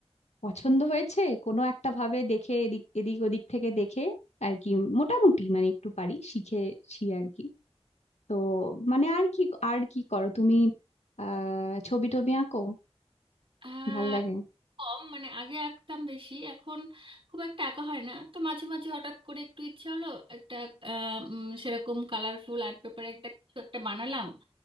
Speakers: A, on the left; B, on the right.
A: পছন্দ হয়েছে কোনো একটা ভাবে দেখে এদিক এদিক ওদিক থেকে দেখে আর কি মোটামুটি মানে একটু পারি শিখেছি আর কি তো মানে আর কি আর কি করো তুমি আহ ছবি টবি আঁকো
B: আহ,
A: ভাল লাগে
B: কম মানে আগে আঁকতাম বেশি এখন খুব একটা আঁকা হয় না তো মাঝে মাঝে হঠাৎ করে একটু ইচ্ছা হলো একটা আহ, উম, সেরকম কালারফুল আর্ট পেপারে একটা কিছু একটা বানালাম